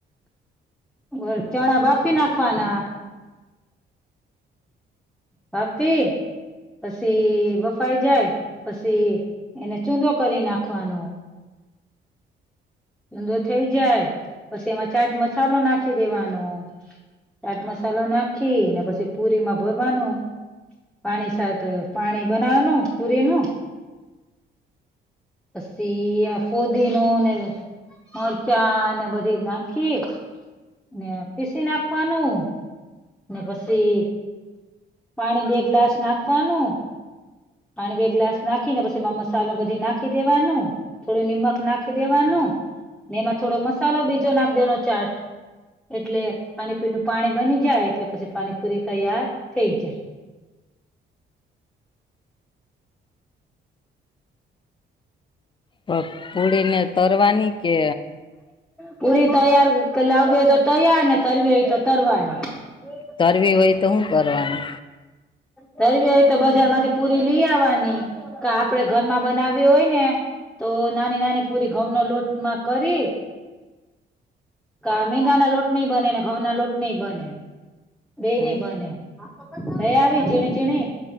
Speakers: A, in the centre; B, on the left.
A: ઓર ચણા બાફી નાખવાના. બાફી પસી વફાઈ જાય, પસી એને ચૂંદો કરી નાખવાનો. છુંદો થઇ જાય, પછી એમાં ચાટ મસાલો નાખી દેવાનો. ચાટ મસાલો નાખી, ને પછી પુરી માં ભરવાનું. પાણી સાથ પાણી બનાવાનું પુરીનું. પસી, એમાં ફોદીનો ને મરચાંને બધી નાખી ને પીસી નાખવાનું. ને પસી પાણી બે ગ્લાસ નાખવાનું. પાણી બે ગ્લાસ નાખી ને પસી માં મસાલો બધી નાખી દેવાનું. થોડું નિમક નાખી દેવાનું, ને એમાં થોડો મસાલો બીજો નાખ દેનો ચાટ. એટલે પાણીપુ નું પાણી બની જાય, એટલે પછી પાણીપુરી તૈયાર થઈ જાય.
B: પ પૂડીને તરવાની કે
A: પૂરી તૈયાર કે લાવવી હોતો તૈયારને તરવી હોય તો તરવાની <inaudible>
B: તરવી હોય તો હું કરવાનું?
A: તરવી હોય તો બજાર માંથી પૂરી લઈ આવવાની, કે આપડણે ઘરમાં બનાવવી હોય ને તો નાની નાની પૂરી ઘઉ નો લોટ માં કરી કા મેંદા ના લોટ ની બને, ને ઘઉ ના લોટ ની બને. બેની
B: હમ
A: બને, લઈ આવી ઝીણી ઝીણી